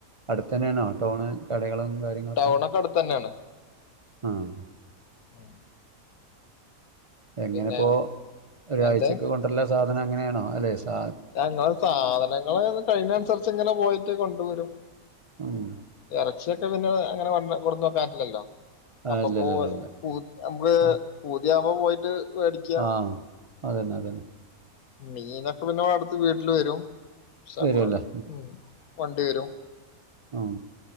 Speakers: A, on the right (about 40°); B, on the left (about 80°).
A: അടുത്തന്നേണോ ടൗണ് കടകളും കാര്യ ങ്ങളൊക്കെ,
B: ടൗണൊക്കെ അടുത്തന്നെയാണ്
A: ആഹ്
B: ഉം
A: എങ്ങനെപ്പോ
B: പിന്നെ
A: ഒരാഴ്ചക്ക്
B: എന്ത്
A: കൊണ്ടര്ലാ സാധനങ്ങനേണോ, അല്ലേയ് സാ
B: ഞാങ്ങള സാധനങ്ങള്ന്ന് കഴിയ്ന്നൻനുസരിച്ച്ങ്ങനെ പോയിട്ട് കൊണ്ടുവരും.
A: ഉം
B: എറ ച്ചിയൊക്കെ പിന്നെ അങ്ങനെ വന്ന് കൊട്ന്നക്കാൻപറ്റില്ലല്ലോ.
A: ആഹ്
B: അപ്പപ്പോ
A: ഇല്ല ഇല്ല ഇല്ല ഇല്ല
B: പൂ നമുക്ക്
A: ആഹ്
B: പൂത്യാവുമ്പ പോയിട്ട് മേടിക്ക
A: ആഹ് അതന്നെ അതന്നെ
B: മീനൊക്കെ പിന്നെ വഅടുത്ത് വീട്ടില് വെരും. പക്ഷെമ്മള്
A: വരുവല്ലേ
B: ഉം വണ്ടി വരും
A: ഉം